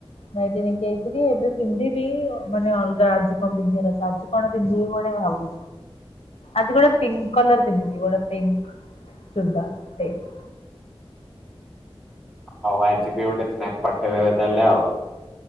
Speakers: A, on the left; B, in the centre.
A: ନାଇଁଟି ନେଇକି ଯାଇଥିବି ଏବେ ପିନ୍ଧିବି ମାନେ ଅଲଗା ଆଜି କଣ ପିନ୍ଧିବାର ଅଛି ଆଜି କଣ ପିନ୍ଧିବି ମୁଁ ଏଟା ଭାବୁ ଆଜି ଗୋଟେ ପିଙ୍କ୍ କଲର ପିନ୍ଧିବି ଗୋଟେ ପିଙ୍କ୍ ସୁଲଧାର ଟ <unintelligible>
B: ହଉ ଆଜି ବି ଗୋଟେ ସ୍ନାପ ପଠେଇ ଦେବେ ତାହେଲେ ଆଉ